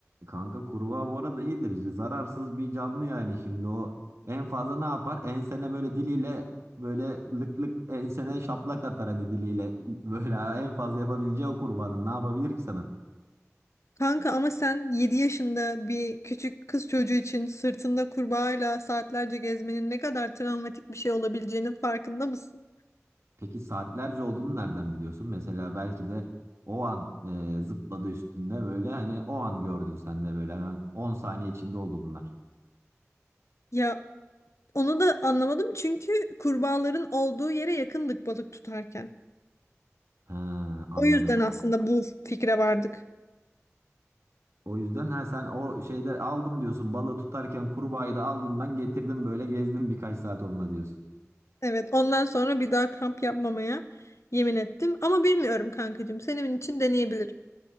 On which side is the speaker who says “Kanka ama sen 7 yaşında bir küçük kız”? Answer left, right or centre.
Left